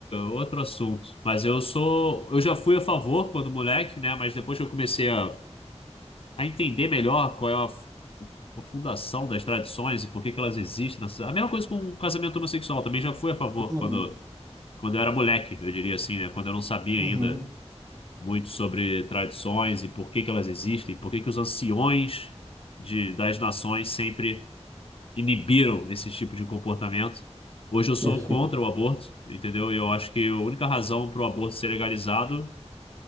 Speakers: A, on the left (about 55°); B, on the right (about 30°).
A: outro assunto. Mas eu sou. Eu já fui a favor quando moleque, né? Mas depois que eu comecei a, a entender melhor qual é a, f- a fundação das tradições e por que que elas existem. na sociedade. A mesma coisa com o casamento homossexual, também já fui a favor
B: Uhum,
A: quando, quando eu era moleque, eu diria assim, né? Quando eu não sabia
B: uhum,
A: ainda muito sobre tradições e por que que elas existem, por que que os anciões de, das nações sempre inibiram esse tipo de comportamento. Hoje eu sou
B: perfeito.
A: contra o aborto, entendeu? E eu acho que a única razão para o aborto ser legalizado